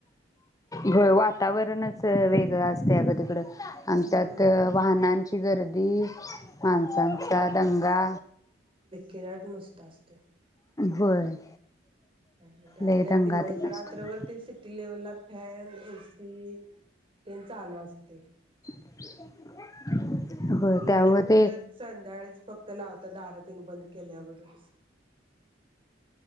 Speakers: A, on the left; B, on the right.
A: होये वातावरणच वेगळं असतय अगं तिकडं आणि
B: होय
A: त्यात वाहनांची गर् <inaudible> माणसांचा
B: होय
A: दंगा
B: <unintelligible> नुसत असतोय
A: होय.
B: आणि
A: लय
B: त्यात
A: दंगा
B: दिवस
A: तेन असतो
B: रात्रभर ते सिटी लेव्हलला फॅन एसी तेन चालू असतय.
A: <inaudible>
B: आपल्याकड
A: त्यामुळे
B: कुठ
A: ते
B: संध्याकाळीच फक्त लावतात दारात. बद केल्यावरच